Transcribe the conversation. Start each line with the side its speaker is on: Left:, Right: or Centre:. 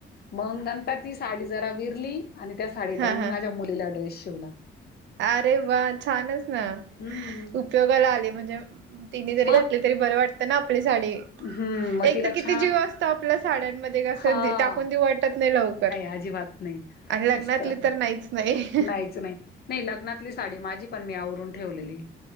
Left: मग नंतर ती साडी जरा विरली आणि त्या साडीचा
Right: हां
Left: मग
Right: हां
Left: माझ्या मुलीला ड्रेस शिवला.
Right: अरे वा! छानच ना.
Left: हम्म.
Right: उपयोगाला आले म्हणजे. तिने जरी
Left: मग
Right: घातले तरी बरं वाटतं ना आपली साडी.
Left: हं, मग
Right: एक
Left: तिला
Right: तर किती
Left: छा
Right: जीव असतो आपल्या साड्यांमध्ये कसं
Left: हां.
Right: टाकून देऊ वाटत नाही ल कर.
Left: अजिबात नाही.
Right: लग्नातली
Left: मस्त वाटलं.
Right: तर नाहीच. नाही
Left: नाहीच नाही नइ लग्नातली साडी माझी पण मी आवरून ठेवलेली.